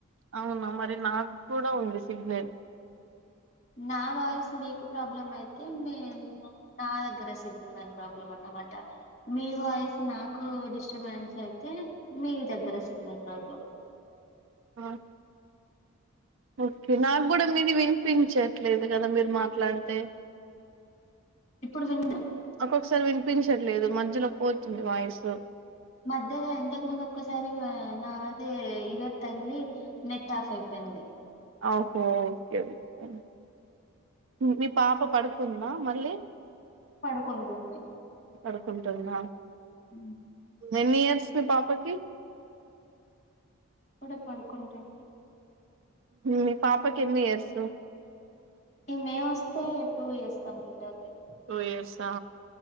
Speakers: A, on the right; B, on the left.
A: అవునా మరి నాకు కూడా ఉంది సిగ్నల్
B: నా వాయిస్ మీకు ప్రాబ్లమ్ అయితే మీేన్ నా దగ్గర సిగ్నల్ ప్రాబ్లం అన్నమాట మీ వాయిస్ నాకు డిస్టర్బెన్స్ అయితే మీ దగ్గర సిగ్నల్ ప్రాబ్లం
A: హ ఓకే నాకు కూడా మీది వినిపించట్లేదు కదా మీరు మాట్లాడితే
B: ఇప్పుడు తన్న
A: మాకు ఒకసారి వినిపించట్లేదు మధ్యలో పోతుంది వాయిసు
B: మధ్యహ్న ఇంతకు ముందు ఒక్కసారి నాదే ఇయర్ తగిలి నెట్ ఆఫ్ అయిపోయింది
A: అహో ఓకేఓకే మీ పాప పడుకుందా మళ్ళీ
B: పడుకుంటుంది
A: పడుకుంటుంద
B: హ
A: మెనీ ఇయర్స్ మీ పాపకి
B: ఇప్పుడే పడుకుంటుంది
A: మీ పాప కిన్ని ఇయర్స్
B: ఈ మే వస్తే టూ ఇయర్స్ కంప్లీట్ అవుతాయి
A: ట్వి యేర్సా